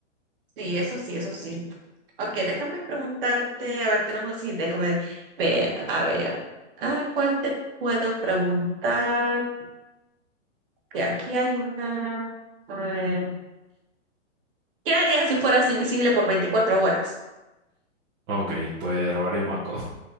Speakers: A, on the right (about 45°); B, on the right (about 20°).
A: Sí, eso sí, eso sí. Ok, déjame preguntarte, a ver, tenemos, sí, déjame ver, a ver, ah, ¿cuál te puedo preguntar? Que aquí hay una, a ver, ¿qué harías si fueras invisible por 24 horas?
B: Ok, pues robaría un banco,